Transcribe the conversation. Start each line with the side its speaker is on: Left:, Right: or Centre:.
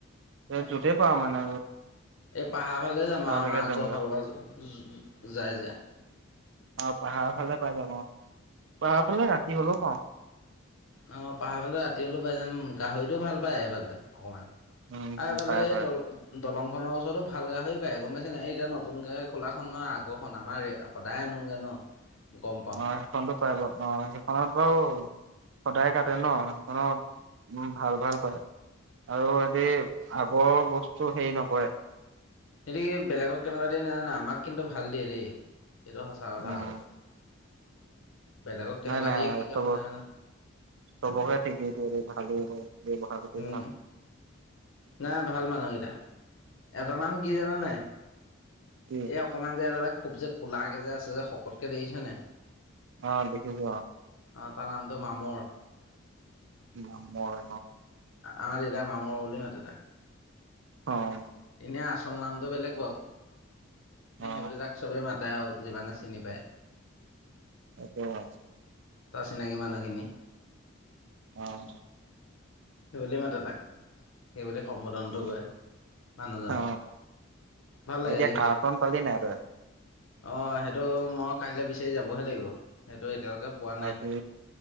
Right: এই যতেই
Left: এইফালে
Right: পা মানে
Left: এই পাহাৰ ফালে যাম
Right: তালৈকে
Left: আৰু আমাৰ
Right: যামগৈ
Left: আকৌফালৰ পৰা যায় যে
Right: অহ, পাহাৰ ফালে পাই যাম অহ পাহাৰ ফালে ৰাতি হলেও পাওঁ।
Left: অহ, পাহাৰ ফালে ৰাতি হলেও পাই যাম গাহৰিটোও ভাল পায় সেইফালে অকমান।
Right: উম,
Left: আৰু এইফালে
Right: পাই
Left: এই
Right: পাই
Left: দল -দলং খনৰ ওচৰতো ভাল গাহৰি পায় গম গমাইছে এই এতিয়া নতুনকে খোলা খন নহয় আগৰখন আমাৰ সদায় আনোংগে ন', গম পাওঁ
Right: অহ, সেইখনতো পাই বাৰ অহ সেইখনত বাৰু সদায় কাটে ন'সেইখনত উম ভাল- ভাল পায়। আৰু সিতি আগৰ বস্তু হেৰি নকৰে
Left: হেতু কি বেলেগক কেনেকুৱা দিয়ে নাজানে আমাক কিন্তু ভাল দিয়ে দেই এইটো সঁচা কথা
Right: উম
Left: আকৌ। বেলেগক কেনেকুৱা
Right: নাই নাই
Left: দিয়ে কি কথা
Right: চব
Left: নাজানো
Right: -চবকে ঠিকেই দিয়ে ভাল দিয়ে ব্যৱহাৰ প্ৰতি
Left: উম
Right: ভাল।
Left: নাই ভাল মানুহকেইটা এটা নাম কি জানানেই
Right: কি
Left: এই অকমান যে এটা এটা খুব যে কোলাাকে যে আছে যে শকতকে দেখিছেনেই
Right: অ দেখিছো অ
Left: অ তাৰ নামটো মামৰ
Right: মামৰ
Left: আমাৰ দেউতাৰ মামৰ বুলি মাতে তাক
Right: অহ
Left: এনে আচল নামটো বেলেগ বাৰু এনেই
Right: অ
Left: সেইবুলি তাক চবে মাতে তটাই যিমানে চিনি পায়।
Right: অ <unintelligible>
Left: তাৰ চিনাকি মানুহখিনি
Right: অহ
Left: কি বোলি মাতে তাক সেইবুলি সম্বোধনটো
Right: উম
Left: কৰে মানুহজনক
Right: অ
Left: ভাল লাগেই।
Right: এতিয়া কাৰ্টন পালি নাই তই
Left: অ সেইটো মই কাইলৈ বিচাৰি যাবহে লাগিব সেইটো। এতিয়ালৈকে পোৱা নাই
Right: আজি